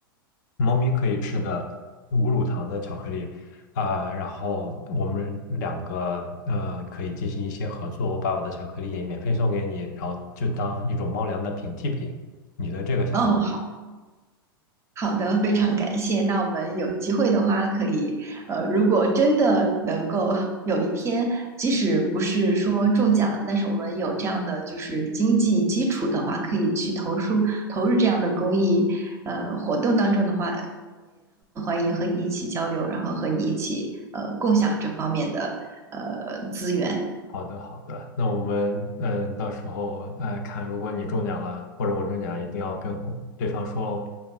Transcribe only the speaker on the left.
猫咪可以吃的无乳糖的巧克力，啊、然后我们两个呃可以进行一些合作，我把我的巧克力免费送给你，然后就当一种猫粮的平替品。你的这个想法？
好的，好的，那我们嗯，到时候呃看，如果你中奖了，或者我中奖了，一定要跟对方说哦，